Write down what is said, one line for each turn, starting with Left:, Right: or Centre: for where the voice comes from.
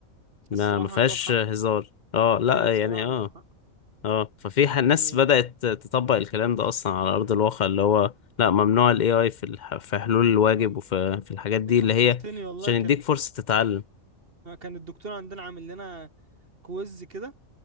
Left: ما
Right: الصراحه
Left: ما فيهاش
Right: عندهم حق
Left: هزار اه لا
Right: ايوه الصراحه
Left: يعني
Right: عندهم
Left: اه
Right: حق
Left: اه ففي
Right: يعني
Left: ح- ناس بدأت تطبق الكلام ده اصلا على ارض
Right: مم.
Left: الواقع اللي هو لا ممنوع الاي اي في الح... في حلول الواجب
Right: عن-
Left: وفي في الحاجات دي
Right: انت
Left: اللي
Right: فكرتني
Left: هي
Right: والله
Left: عشان
Right: كان
Left: يديك فرصة تتعلم
Right: كان الدكتور عندنا عامل لنا كويز كده